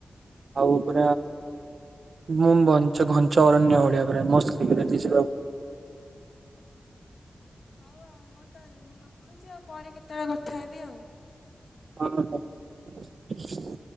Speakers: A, on the right (about 70°); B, on the left (about 70°).
A: ଆଉ। <unintelligible> ମୁଁ ଘଞ୍ଚ ଅରଣ୍ୟ ଭଳିଆ ପୁରା ମସ୍ତ <unintelligible>
B: ହଉ ଆଉ। ହଉ ତାହେଲେ ମୁଁ ରଖୁଚି ଆଉ। ପରେ କେତେବେଳେ କଥା ହେବି ଆଉ।
A: <unintelligible>